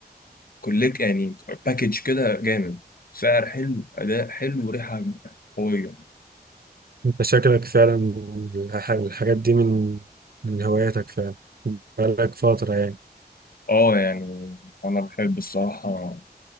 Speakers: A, on the left; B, on the right.
A: كلك يعني باكج كده جامد سعر حلو أداء حلو وريحة قوية
B: انت شكلك فعلا الح- الحاجات دي من من هواياتك فعلا بقالك فترة يعني
A: اه يعني أنا بحب الصراحة